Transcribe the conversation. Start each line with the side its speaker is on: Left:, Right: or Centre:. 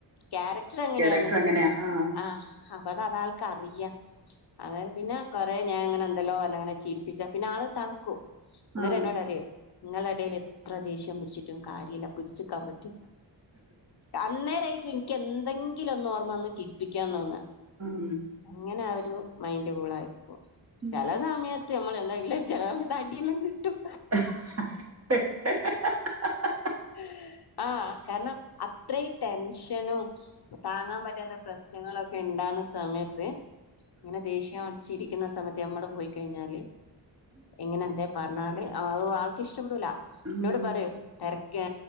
Left: ക്യാരക്ടർ അങ്ങനെയാണ്
Right: ക്യാരക്ടർ അങ്ങനെയാ ആഹ്
Left: ആ അപ്പ അത് അതാൾക്കാരിയാ. അങ്ങേ പിന്നെ കൊറേ ഞാൻ ഇങ്ങനെ എന്തല്ലോ പറഞ്ഞങ്ങനെ ചിരിപ്പിച്ചു പിന്നെ ആള് തണുക്കു. അന്നേരം
Right: ആഹ്
Left: എന്നോട് അറിയും ങ്ങളെടേൽ എത്ര ദേഷ്യം പിടിച്ചിട്ടും കാര്യല്ല പിടിച്ച്ക്കാൻ പ അന്നേരായിരിക്കും ഇൻക്ക് എന്തെങ്കിലും ഒന്ന് ഓർമ്മ വന്ന് ചിരിപ്പിക്കാൻ തോന്നാ.
Right: ഉം
Left: അങ്ങനെ ആ ഒരു മൈന്റ് കൂളായിപ്പോ
Right: ഉം
Left: ചെല സമയ ത്ത് നമ്മള എന്തായാലും ചെല സമയത്ത് അടിയെല്ലാം കിട്ടും
Right: ഹ ഹ ഹ
Left: ഹെ ആഹ്‌ കാരണം അത്രയും ടെൻഷനും താങ്ങാൻ പറ്റാത്ത പ്രശ്നങ്ങളൊക്കെ ഉണ്ടാന്ന സമയത്ത് ഇങ്ങനെ ദേഷ്യം അടിച്ചിരിക്കുന്ന സമയത്ത് നമ്മള് പോയി കഴിഞ്ഞാല് എങ്ങനെ എന്തെ. പറഞ്ഞാല് അവ് ആൾക്ക് ഇഷ്ടപ്പെടൂല
Right: ഉം
Left: ന്നോട് പറിം തെ ക്കെ